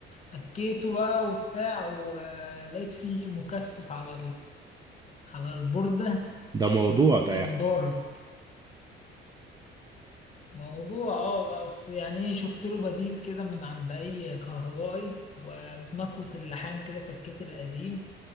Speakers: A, on the left; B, on the right.
A: فكيته بقى وبتاع ولقيت فيه مكثف على على البوردة
B: ده موضوع ده
A: كان
B: يعني
A: ضارب موضوع اه بس يعني ايه شفت له بديل كده من عند اي كهربائي وبمكوة اللحام كده فكيت القديم